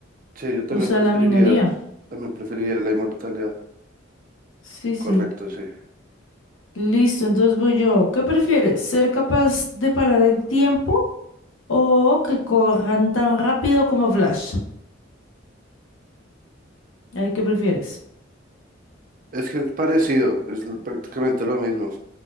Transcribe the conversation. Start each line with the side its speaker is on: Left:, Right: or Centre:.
Right: Sí, yo también
Left: o sea,
Right: preferiría,
Left: la minoría.
Right: también preferiría la inmortalidad.
Left: Sí, sí.
Right: Correcto, sí.
Left: Listo, entonces voy yo. ¿Qué prefieres? ¿Ser capaz de parar el tiempo o que corran tan rápido como Flash? Ahí, ¿qué prefieres?
Right: Es que es parecido, es lo- prácticamente lo mismo.